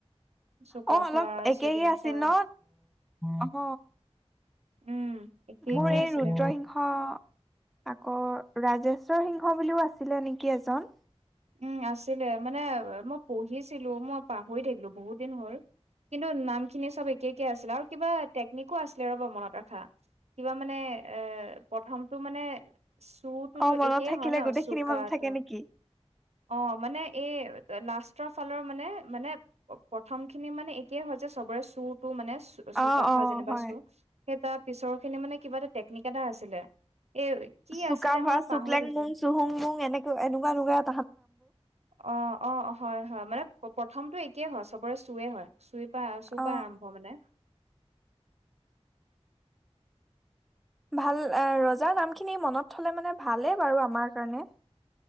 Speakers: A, on the right; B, in the centre.
A: চুকাফা
B: অ', অলপ একে
A: চুদিনফা
B: আছিল ন আহ।
A: উম। একে
B: মোৰ
A: একে
B: এই
A: আছিলে
B: ৰুদ্ৰসিংস আকৌ ৰাজেশ্বৰ সিংহ বুলিও আছিলে নেকি এজন?
A: উম আছিলে মানে মই পঢ়িছিলো মই পাহৰি থাকিলো বহুত দিন হ'ল কিন্তু নামখিনি চব একে একে আছিলে আৰু কিবা টেকনিকো আছিলে ৰ'বা মনত ৰখা কিবা মানে এ প্ৰথমটো মানে চুটোতো
B: অ মনত
A: একেই
B: থাকিলে
A: হয় ন
B: গোটেইখিনি
A: চুোকাতো।
B: মনত থাকে নেকি
A: অ', মানে এই লাষ্টৰ ফালৰ মানে মানে প্ৰথম খিনি মানে একেই হয় যে চবৰে চুৰ টো মানে চ চুকাফা
B: অ অ
A: যেনিবা
B: হয়
A: চু সেই তাৰ পিছৰ খিনি মানে কিবা এটা টেকনিক এটা আছিলে। এ কি
B: চুকা
A: আছিলে
B: ভ
A: মই
B: চুকলেং
A: পাহৰি থাকিলো।
B: মং চুহুং মং এনেকুৱা এনেকুৱাকুৱা
A: অ' অ' হয় হয় মানে প্ৰথমটো এতিয়ে হয় চবৰে চুৱে হয় চুইে চোপা চোপা
B: অ
A: আৰম্ভ মানে
B: ভাল এ ৰজাৰ নাম খিনি মনত থলে মানে ভালেই বাৰু আমাৰ কাৰণে